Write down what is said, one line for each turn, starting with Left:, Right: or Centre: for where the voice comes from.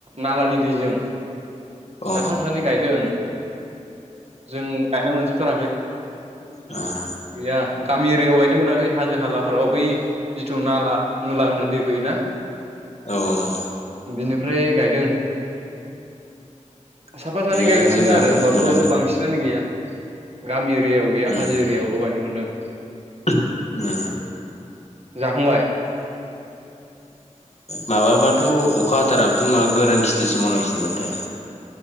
Right: नालानि दैजों
Left: अ
Right: साफा सानै गायदों जों गायनो मोनजोब थाराखै
Left: <unintelligible>
Right: गैया गामि एरियाव गायनो मोनाखै हाजो हालाफोराव बै जिथु नाला नुलानिफ्राय दै फैयो ना
Left: औ
Right: बिनिफ्राय गायदों साफा सानै
Left: गैया
Right: गायनो
Left: जोंनाबो
Right: मोनदो आरो होमबाबो
Left: मोनाखैनो
Right: बांसिन फ्रानो गैया गामि एरियायाव गैया
Left: उम
Right: हाजो एरियायावल' गायनो मोनदों
Left: <unintelligible> <unintelligible>
Right: जाखांबाय
Left: माबाबाथ' अखा हाथाराबथ' मा गोरान खेथिसो मावनांसिगोन माथो